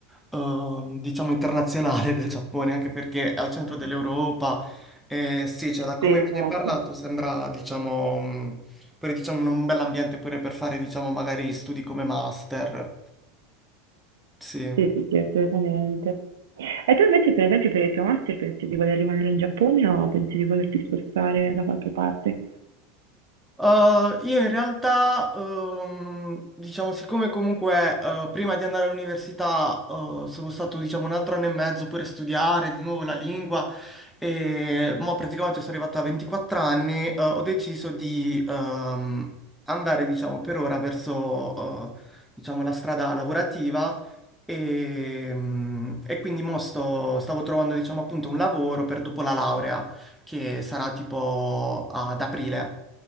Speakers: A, in the centre; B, on the right.
A: ehm, diciamo internazionale <laughs> del Giappone, anche perché è al centro dell'Europa. Eh, sì, cioè, da come
B: Sì.
A: me
B: Esatto.
A: ne hai parlato sembra diciamo mh, pure diciamo un bel ambiente pure per fare diciamo magari studi come master. Sì.
B: Sì, sì, sì, assolutamente. E tu invece, per esempio, per il tuo master pensi di voler rimanere in Giappone o pensi di volerti spostare da qualche parte?
A: Uh, io in realtà, ehm, diciamo, siccome comunque eh, prima di andare all'università eh, sono stato, diciamo, un altro anno e mezzo pure a studiare di nuovo la lingua, e mo praticamente sono arrivato a 24 anni, eh, ho deciso di ehm, andare, diciamo, per ora verso, eh, diciamo, la strada lavorativa e, mm, e quindi mo sto- stavo trovando, diciamo, appunto un lavoro per dopo la laurea, che sarà tipo ad aprile.